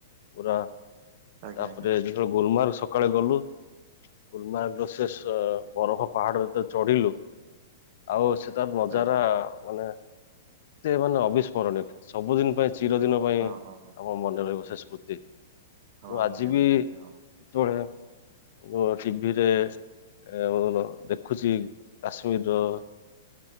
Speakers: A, on the left; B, on the right.
A: ପୁରା
B: ଆଜ୍ଞା
A: ତାପରେ
B: ଆଜ୍ଞା
A: ଯେତଳେ ଗୋଲମାର୍ଗ ସକାଳେ ଗଲୁ। ଗୁଲମାର୍ଗ ରସେ ସ ବରଫ ପାହାଡରେ ଯେତେବେଳେ ଚଢିଲୁ ଆଉ ସ୍ ତାର ନଜାରା
B: ଆଜ୍ଞା
A: ମାନେ ଏତେ ମାନେ ଅବିସ୍ମରଣୀୟ ସବୁଦିନ ପାଇଁ ଚିରଦିନ। ପାଇଁ
B: ହଁ ହଁ ହଁ
A: ଆମ ମନେ ରହିବ ସେ ସ୍ମୃତି,
B: ହଁ
A: ମୁଁ ଆଜି
B: ନିହାତି
A: ବି
B: ନିହାତି
A: ଯେତେବେଳେ।
B: ହଁ।
A: ଯୋ ସିଭିରେ। ଏ ଉ ଦେଖୁଛି କାଶ୍ମୀରଅ।